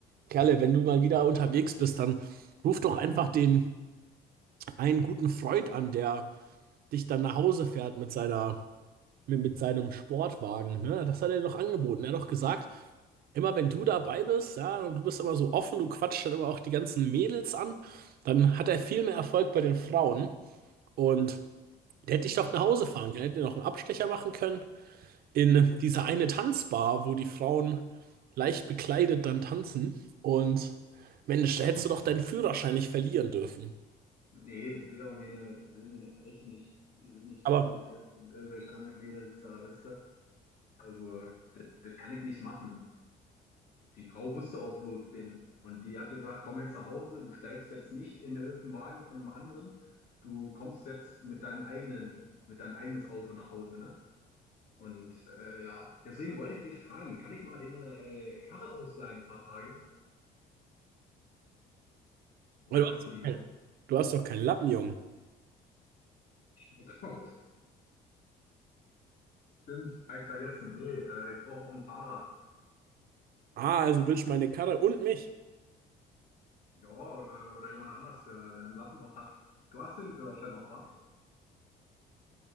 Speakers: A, on the right; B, on the left.
A: Kerle, wenn du mal wieder unterwegs bist, dann ruf doch einfach den. einen guten Freund an, der dich dann nach Hause fährt mit seiner, mit, mit seinem Sportwagen. Ne? Das hat er doch angeboten. Er hat doch gesagt, immer wenn du dabei bist, ja, und du bist immer so offen, du quatschst dann immer auch die ganzen Mädels an, dann hat er viel mehr Erfolg bei den Frauen. Und der hätte dich doch nach Hause fahren können, hätte dir noch einen Abstecher machen können in diese eine Tanzbar, wo die Frauen leicht bekleidet dann tanzen. Und Mensch, da hättest du doch deinen Führerschein nicht verlieren dürfen.
B: Nee, das will auch meine, das will meine Alte nicht. Die will nicht,
A: Aber
B: dass ich äh, mit irgendwelchen anderen Mädels da, weißt du? Also, das, das kann ich nicht machen. Die Frau wusste auch, wo ich bin. Und die hat gesagt, komm jetzt nach Hause, du steigst jetzt nicht in irgendeinen Wagen von einem anderen. Du kommst jetzt mit deinem eigenen, mit deinem eigenes Auto nach Hause, ne? Und äh, ja, deswegen wollte ich dich fragen, kann ich mal deine äh, Karre ausleihen ein paar Tage? Oder
A: weil du
B: hast
A: hast
B: du die noch?
A: Du hast doch keinen Lappen, Junge.
B: <laughs> Ich glaub, stimmt, hab ich vergessen. Nee, äh, ich brauche auch einen Fahrer.
A: Ah, also willst du meine Karre und mich?
B: Ja, oder, oder jemand anders, der, der ein Lappenloch hat. Du hast den Führerschein noch, wa?